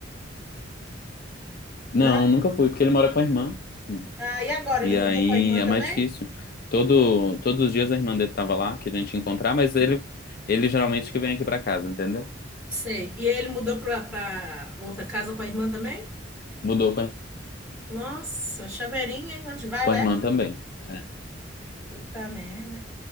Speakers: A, on the left; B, in the centre.
A: Não,
B: Não?
A: nunca fui, porque ele mora com a irmã. Hum.
B: Ah, e agora? Ele
A: E
B: mudou
A: aí
B: com a irmã
A: é
B: também?
A: mais difícil. Todo, todos os dias a irmã dele tava lá, que a gente ia encontrar, mas ele, ele geralmente que vem aqui pra casa, entendeu?
B: Sei. E ele mudou pra, pra outra casa com a irmã também?
A: Mudou com a,
B: Nossa, chaveirinha, hein? Onde vai,
A: com
B: leva?
A: a irmã também. É.
B: Puta merda.